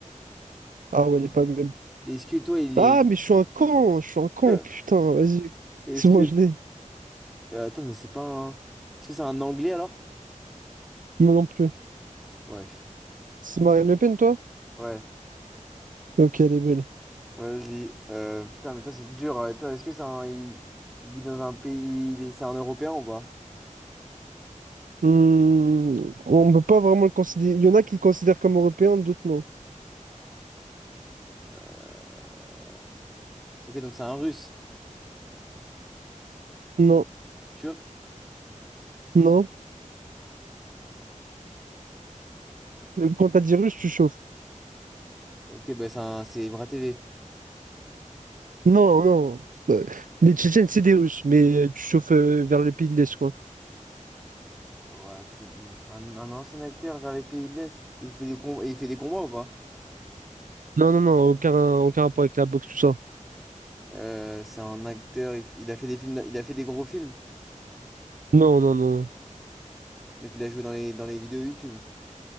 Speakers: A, on the right; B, in the centre.
A: Ah ouais, elle est pas même.
B: Est-ce que toi, il
A: Ah,
B: est...
A: mais je suis un con, je suis un con,
B: <laughs>
A: putain, vas-y. <laughs>
B: Est-ce
A: C'est bon,
B: que
A: je l'ai.
B: Euh, attends, mais c'est pas un... Est-ce que c'est un anglais alors?
A: Non, non plus.
B: Wesh.
A: C'est Marine Le Pen, toi?
B: Ouais,
A: Ok, elle est belle.
B: vas-y. Euh, putain, mais toi, c'est dur. Euh, Toi, est-ce que c'est un. Il... il vit dans un pays. il est- C'est un Européen ou pas?
A: Hmm, on ne peut pas vraiment le considérer. Il y en a qui le considèrent comme européen, d'autres non.
B: Euh, Ok, donc c'est un russe.
A: Non,
B: Turc.
A: non. Quand t'as dit russe, tu chauffes.
B: Ok, bah c'est un... c'est Ibra TV.
A: Non, non. Euh, Les Tchétchènes, c'est des Russes, mais euh, tu chauffes euh, vers le pays de l'Est, quoi.
B: Ouais, tu... un, un ancien acteur vers les pays de l'Est. Il fait des com- il fait des combats ou pas?
A: Non, non, non, aucun, aucun rapport avec la boxe, tout ça.
B: Euh, c'est un acteur, il... f- il a fait des films, d'a- il a fait des gros films.
A: Non, non, non.
B: Donc il a joué dans les, dans les vidéos YouTube.